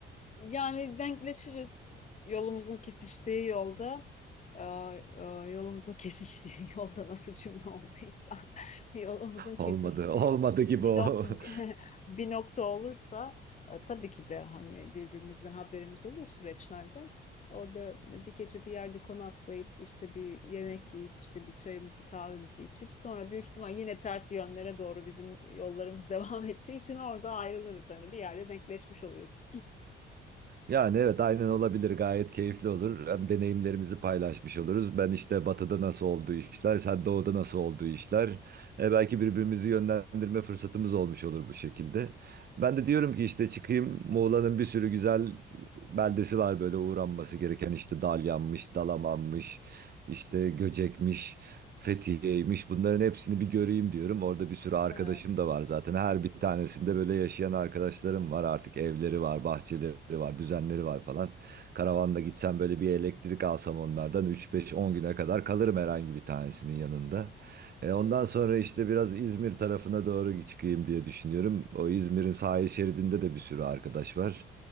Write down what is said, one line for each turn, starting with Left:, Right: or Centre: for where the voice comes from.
Left: Yani denkleşiriz yolumuzun kesiştiği yolda. e, e, yolumuzun kesiştiği <laughs> yolda nasıl cümle olduysa <laughs> yolumuzun kesiştiği
Right: Olmadı. <laughs> Olmadı gibi
Left: bir
Right: o.
Left: nokta
Right: <laughs>
Left: <laughs> bir nokta olursa e, tabii ki de hani birbirimizden haberimiz olur süreçlerden. Orada bir gece bir yerde konaklayıp işte bir yemek yiyip işte bir çayımızı kahvemizi içip sonra büyük ihtimal yine ters yönlere doğru bizim yollarımız <laughs> devam ettiği için orada ayrılırız. Hani bir yerde denkleşmiş oluruz.
Right: Yani evet aynen olabilir gayet keyifli olur. Hem deneyimlerimizi paylaşmış oluruz. Ben işte batıda nasıl olduğu işler, sen doğuda nasıl olduğu işler. E, belki birbirimizi yönlendirme fırsatımız olmuş olur bu şekilde. Ben de diyorum ki işte çıkayım Muğla'nın bir sürü güzel beldesi var böyle uğranması gereken işte Dalyan'mış, Dalaman'mış, işte Göcek'miş, Fethiye'ymiş bunların hepsini bir göreyim diyorum. Orada bir sürü arkadaşım
Left: Evet,
Right: da var zaten. Her bir tanesinde böyle yaşayan arkadaşlarım var artık evleri var, bahçeleri var, düzenleri var falan. Karavanla gitsem böyle bir elektrik alsam onlardan üç beş on güne kadar kalırım herhangi bir tanesinin yanında. E,
Left: evet,
Right: ondan sonra işte biraz İzmir tarafına doğru çıkayım diye düşünüyorum. O İzmir'in sahil şeridinde de bir sürü arkadaş var.